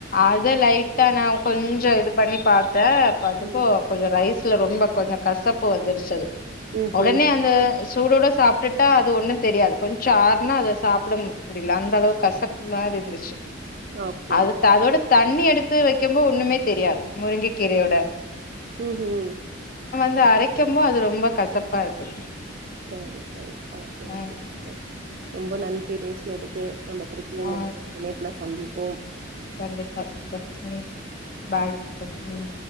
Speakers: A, on the left; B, on the right.
A: அத லைட் டா நா கொஞ்ச இது பண்ணி பாத் த பாத்துப்போ
B: ம்
A: கொஞ்ச ரைஸ் துல ரொம்ப கொஞ்ச கசப்பு வந்துருச்ச அது
B: ம்ஹ்ம்
A: உடனே அந்த சூடோட சாப்டுட்டா அது ஒன்னு தெரியாது கொஞ்ச ஆற்னா அத சாப்புட முடில அந்த அளவுக் கசப்பு மாரி இருந்துச்சு
B: ஓகே
A: அதுத்
B: ஓ
A: ததோட தண்ணி எடுத்து வக்கிம்போ ஒன்னுமே தெரியாது முருங்க கீரையோட
B: ம்ஹும்
A: து அரைக்கம்போ அது ரொம்ப கசப்பா இருக்கு
B: சேரி சேரி ஓகே ஓகே
A: ம்
B: சிஸ்டர் ரொம்ப நன்றி பேசுனது க்கு நம்ப திருப்பியும்
A: ஆ
B: உன்னொரு இணைப்புல சந்திப் போம்
A: கண்டிப்பா சிஸ்டர் ம் பாய் சிஸ்டர் ம்